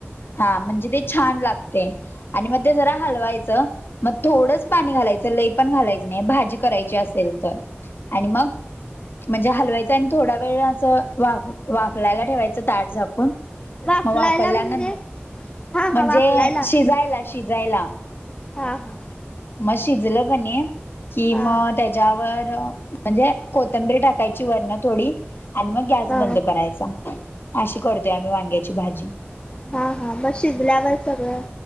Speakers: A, on the left; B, on the left.
A: हा म्हणजे ते छान लागते, आणि मग ते जरा हलवायचं. मग थोडंच पाणी घालायचं, लई पण घालायचं नाही भाजी करायची असेल तर. आणि मग. म्हणजे हलवायचं आणि थोडा वेळ असं, वाफ वाफलायला ठेवायचं ताट झाकून.
B: वाफलायला
A: मग वाफल्या नंत
B: <inaudible>
A: म्हणजे
B: वाफलायला
A: शिजायला शिजायला.
B: हा हा
A: मग शिजलं कणी, की
B: हा
A: मग त्या ज्यावर म्हणजे कोथिंबिर टाकायची वर थोडी. आणि मग गॅस
B: हा
A: बंद करायचा, अशी करतोय आम्ही वांग्याची भाजी.
B: हा हा, मग शिजल्यावर सगळं.